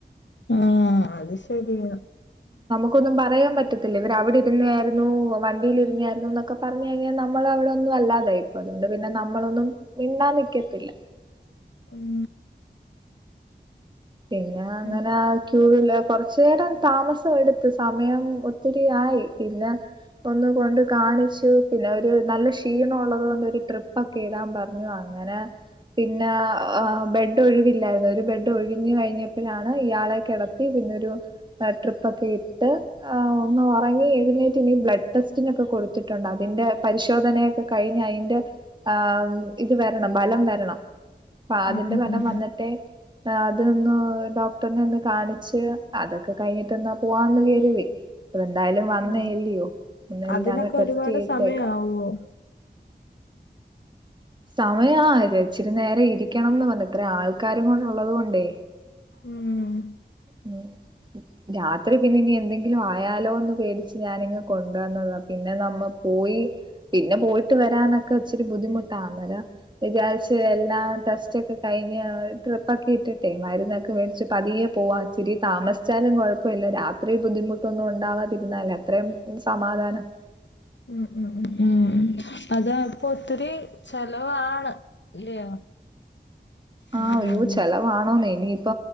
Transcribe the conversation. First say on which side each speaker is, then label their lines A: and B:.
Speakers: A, on the left (about 80°); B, on the right (about 25°).
A: ആഹ അത് ശരിയാ
B: നമക്കൊന്നും പറയാൻ പറ്റത്തില്ല ഇവര വിടിരുന്നയാരുന്നു വണ്ടീലിരുന്നയാരുന്നു എന്നൊക്കെ പറഞ്ഞ കഴിഞ്ഞാൽ നമ്മള അവിടെന്നും ല്ലാതായി ഇപ്പൊ അതുകൊണ്ട് പിന്നെ നമ്മളൊന്നും മിണ്ടാ നിക്കത്തില്ല
A: ഉം
B: പിന്നെ അങ്ങനെ
A: ഉം
B: ക്യൂവില് കൊറച്ചേരം താമസം എടുത്ത് സമയം ഒത്തിരി ആയി പിന്നെ ഒന്ന് കൊണ്ട് കാണിച്ചു പിന്നെ ഒരു നല്ല ക്ഷീണം ഉള്ളത് കൊണ്ട് ഒരു ട്രിപ്പൊക്കെ ഇടാൻ പറഞ്ഞു അങ്ങനെ പിന്ന ബെഡ് ഒഴിവില്ലായിരുന്നു ഒരു ബെഡ് ഒഴി ഞ്ഞ്കഴിഞ്ഞപ്പോഴാണ് ഇയാളെ കിടത്തി പിന്നൊരു ട്രിപ്പ് ഒക്കെ ഇട്ട് ഒന്ന് ഒറങ്ങി എഴുന്നേറ്റ് ഇനി ബ്ലഡ് ടെസ്റ്റിനൊക്കെ കൊടുത്തിട്ടുണ്ട് അതി തിന്റെ പരിശോധനയൊക്കെ കഴിഞ്ഞ് അയിന്റ ആ ഇത് വരണം ഫലം വരണം അ
A: ഉം
B: അതിന്റെ
A: ഉം
B: ഫലം
A: ഉം
B: വന്നിട്ടേ ആ ഡോക്ടറിനെ ഒന്ന് കാണിച്ച് അതൊക്കെ കഴിഞ്ഞിട്ട്ന്നാ പോവാന്ന് കരുതി അപ്പ എന്തായാലും വന്നേല്ലയോ
A: ഉം
B: ഒന്ന്
A: അതിനൊക്കെ
B: എല്ലാം അങ്ങ് ടെസ്റ്റ്
A: ഒരുപാട്
B: ചെയ്ച്ചേക്കാം
A: സമയാവോ?
B: സമയ ആ ഇച്ചിരി നേര ഇരിക്കണംന്ന് പറഞ്ഞ ഇത്ര ആൾക്കാരും കൂടെള്ളത് കൊണ്ടേ
A: ഉം
B: ഉം രാത്രി പിന്ന ഇനി എന്തെങ്കിലും ആയാലോന്ന് പേടിച്ച് ഞാനിങ്ങ് കൊണ്ടുവന്നതാണ് പിന്നെ നമ്മ പോയി പിന്നെ പോയിട്ട് വരാനൊക്കെ ഒച്ചിരി ബുദ്ധിമുട്ടാന്നേരം വിചാരിച് എല്ലാം ടെസ്റ്റ ഒക്കെ കഴിഞ്ഞ് ഞ്ഞ്ട്രിപ്പ്ക്കെ ഇട്ടിട്ടെ മരുന്നൊക്കെ മേടിച്ച പതിയെ പോവാ ചിരി താമസിച്ചാലും കുഴപ്പ ഇില്ല രാത്രി ബുദ്ധിമുട്ടൊന്നും ഉണ്ടാവാതിരുന്നാല് അത്രയും സമാധാനം
A: ഉം ഉം ഉ ഉം ഉ അതാ ഇപ്പൊ ഒത്തിരി ചെലവാണ് ഇല്ലയോ
B: ആ
A: ഉം
B: അയ്യൂ ചെലവാണോന്ന് ഇനിയിപ്പ